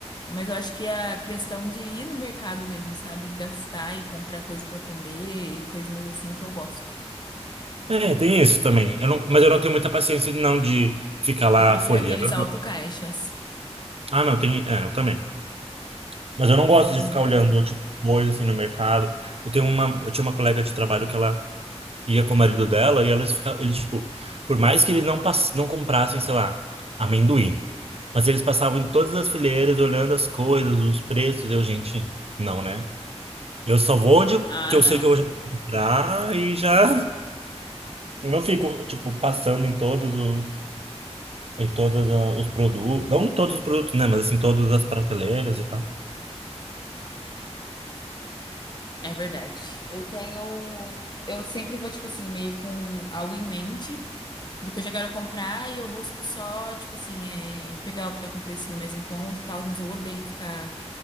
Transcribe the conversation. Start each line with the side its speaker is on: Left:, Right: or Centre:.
Left: Mas eu acho que é a questão de ir no mercado mesmo, sabe? Gastar e comprar coisa pra comer e coisinhas assim que eu gosto.
Right: É, tem isso também. Eu não, mas eu não tenho muita paciência não de ficar lá
Left: Eu prefiro
Right: folheando.
Left: aqueles autocaixas.
Right: Ah, não, tem, é, eu também. Mas eu não gosto
Left: Mil vezes
Right: de ficar
Left: melhor.
Right: olhando tipo coisa assim no mercado. Eu tenho uma, eu tinha uma colega de trabalho que ela ia com o marido dela e eles ficavam, eles tipo, por mais que eles não pass não comprassem, sei lá, amendoim, mas eles passavam em todas as fileiras olhando as coisas, os preços, eu, gente, não, né? Eu só vou onde
Left: Ah,
Right: que eu
Left: não.
Right: sei que eu vou comprar e já <laughs> eu não fico tipo passando em todos os em todos ah, os produtos, não em todos os produtos, né, mas assim todas as prateleiras e tal.
Left: É verdade. Eu tenho. Eu sempre vou, tipo assim, meio com algo em mente. do que eu já quero comprar e eu busco só, tipo assim, é, pegar o que tá com precinho mais em conta e tal, mas eu odeio ficar